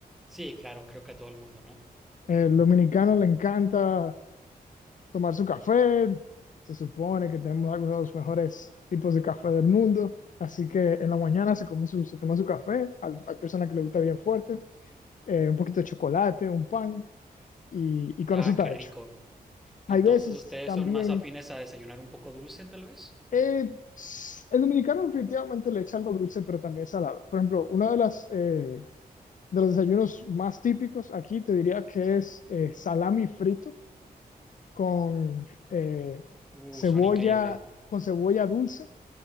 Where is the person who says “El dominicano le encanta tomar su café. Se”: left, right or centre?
Left